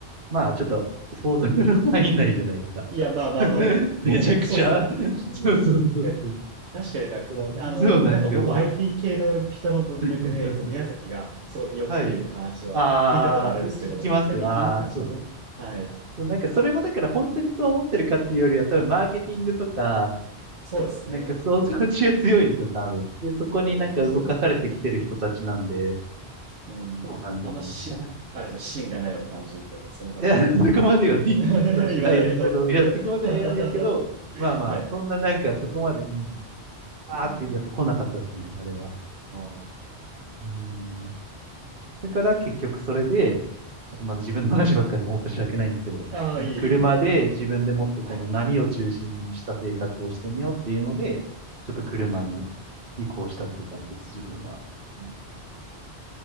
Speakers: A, on the right (about 55°); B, on the right (about 80°).
A: まあちょっと想像の範囲内じゃないですか。
B: いや、まあまあまあまあ。
A: <laughs> めちゃくちゃ。
B: いやそうですね。うん。
A: そうそうそうそう。
B: え、確かになんか、
A: だから、
B: あの、
A: そうなんですよ。
B: なんか僕も IT 系の人の文脈で、
A: <laughs>
B: そう、宮崎がすごく良くて、
A: はい。
B: みたいな話は聞いたことあるんですけど、
A: ああ、聞きます。
B: なんか言ってるんでしょうね。
A: ああ、そうそう。
B: はい。
A: そうなんかそれもだから本当にそう思ってるかっていうよりは多分マーケティングとか、
B: そうですね。
A: なんか想像力が強いんですよ、
B: うん。
A: 多分。で、そこになんか動かされてきてる人たちなんで、
B: 多分、そう。うん。
A: そうなんですよね。
B: あんまし、
A: なんか、
B: あれですね、芯がないような感じとか、そんな感じです
A: いや、そこまではディス、
B: <laughs> 言わないけど
A: ディスはしないですけど、いや、そこまでは言わないですけど、
B: <laughs> は
A: まあまあ、
B: い。
A: そんななんかそこまで、うん、あーってやっぱ来なかったですね、
B: うん。
A: あれは。
B: あ
A: うん。だから結局それで、ちょっとまだ自分の話ばっかりでもう申し訳ないんですけど、
B: あ。ああ、
A: なんか車で自分でもっとこの波を中心にした生活をしてみようっていうので、
B: いえいえいえ。はい。
A: ちょっと車に
B: はい。
A: 移行したっていう感じです、自分は。
B: うん